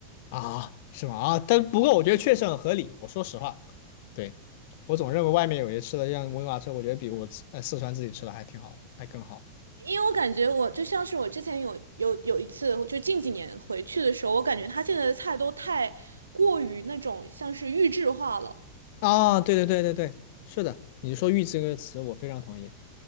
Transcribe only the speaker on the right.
因为我感觉我就像是我之前有有有一次，就近几年回去的时候，我感觉他现在的菜都太过于那种像是预制化了。